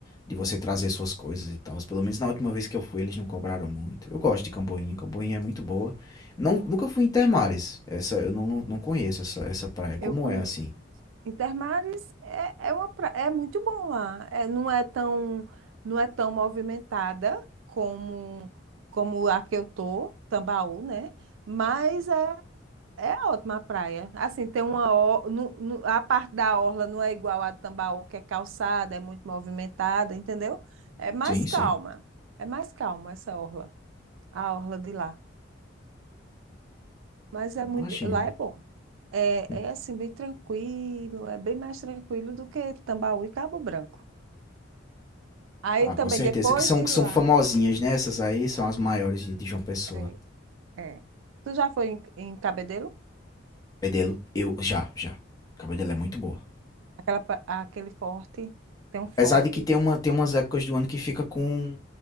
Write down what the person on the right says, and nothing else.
eu conheço.
Intermares é, é, uma pra- é muito bom lá. É, não é tão, não é tão movimentada como, como a que eu tô, Tambaú, né? Mas é, é ótima a praia. Assim, tem uma. or- nu- nu- a parte da orla não é igual a de Tambaú, que é calçada, é muito movimentada, entendeu? É mais
calma.
É mais calma essa orla, a orla de lá. Mas é
muito. Lá é bom. É,
é assim, bem tranquilo, é bem mais tranquilo do que Tambaú e Cabo Branco. Aí
também,
depois
de
lá,
é, é. Tu já foi em, em Cabedelo?
Aquela, pa- aquele forte, tem
um forte.